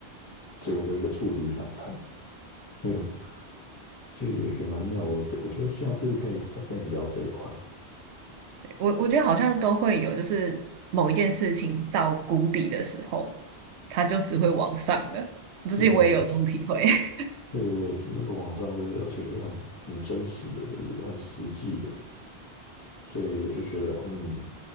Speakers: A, on the left (about 20°); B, on the right (about 80°).
A: 结果就一个触底反弹，哼，这也也蛮妙的。我觉我觉得下次可以再跟你聊这一块。
B: 我我觉得好像都会有，就是某一件事情到谷底的时候，它就只会往上了。最近我也有这种体会。
A: 对对对
B: <laughs>
A: 对对，那个网上就是，而且是很很真实的，就是很实际的，所以我就觉得，嗯，